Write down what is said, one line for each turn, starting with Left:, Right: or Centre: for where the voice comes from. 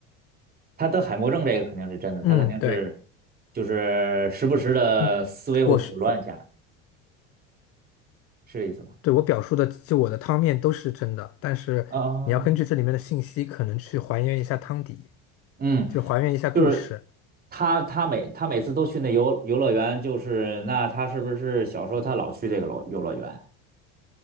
Right: 他得海默症这个肯定是真的，
Left: 嗯，
Right: 他肯定是
Left: 对。
Right: 就是时不时的思维会混乱一下，
Left: 嗯，我是
Right: 是这意思吗？
Left: 对，我表述的，就我的汤面都是真的，但是你要根据这里面的信息，
Right: 啊，
Left: 可能去还原一下汤底，
Right: 嗯，
Left: 就是还原一下故事。
Right: 就是他他每他每次都去那游游乐园，就是那他是不是小时候他老去这个游游乐园？